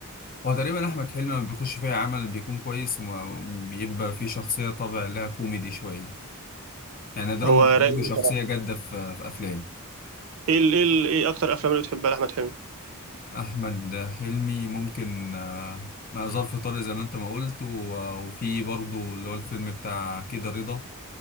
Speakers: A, on the left; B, on the right.
A: هو تقريبا احمد حلمي لما بيخش فيها عمل بيكون كويس وبيبقى فيه شخصيه طابع لها كوميدي شويه يعني نادرا
B: هو
A: ما بتلاقي
B: رايق
A: له شخصيه
B: بصراحه
A: جاده في في افلام
B: ايه ال... ايه ال... ايه اكتر افلام اللي بتحبها لاحمد حلمي
A: أحمد حلمي ممكن آه، مع ظرف طارق زي ما أنت ما قلت و- وفي برضو اللي هو الفيلم بتاع كده رضا